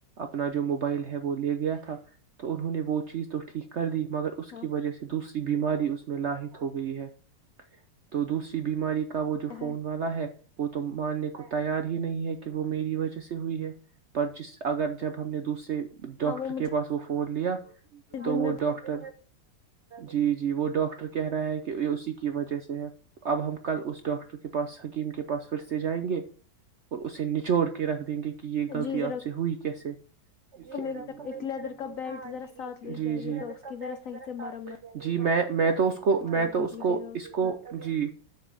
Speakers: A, on the right; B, on the left.
A: اپنا جو موبائل ہے وہ لیا گیا تھا تو انہوں نے وہ چیز تو ٹھیک کر دی مگر اس
B: ہاں
A: کی وجہ سے دوسری بیماری اس میں لاحت ہو گئی ہے تو دوسری بیماری کو کا وہ جو فون
B: ہے،
A: والا ہے وہ تو ماننے کو تیار ہی نہیں ہے کہ کہ وہ میری وجہ سے ہوئی ہے پر جس اگر جب ہم نے دوسرے ڈاکٹر
B: ہاں
A: کے
B: مجھے
A: پاس وہ فون بیا تو
B: دن
A: وہ
B: میں
A: ڈاکٹر جی جی وہ ڈاکٹر ر کہ رہا ہے کہ یہ اسی کی وجہ سے ہے اب ہم کل اس ڈاکٹر کے پاس حکیم کے پاس پھر سے جائیں گے اور اسے نچوڑ کے رکھ دیں گے کہ یہ غلطی
B: جی ذرا
A: آپ سے
B: اس
A: ہوئی کیسے
B: کو
A: جیر
B: میری طرف ایک لیدر کا بیلٹ
A: ہاں
B: ذرا
A: جی جی
B: ساتھ لے
A: جی
B: جائیے
A: جی بی
B: گا اس کی ذرا صحیح سے مرمت
A: جی میں میں تو اس کو کو میں
B: کر
A: تو
B: دے
A: اس
B: دیجیے
A: کو
B: گا
A: اس کو
B: کی،
A: جی